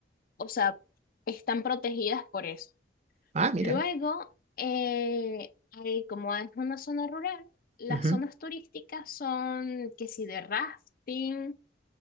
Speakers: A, on the left; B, on the right.
A: o sea, están protegidas por eso.
B: Ah, mira.
A: Luego, eh, hay- como es una zona rural, las
B: Ujú,
A: zonas turísticas son que si de rafting